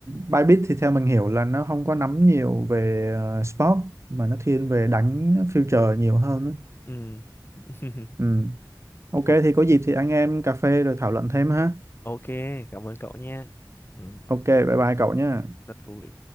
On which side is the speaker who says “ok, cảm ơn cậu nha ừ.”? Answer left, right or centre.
Left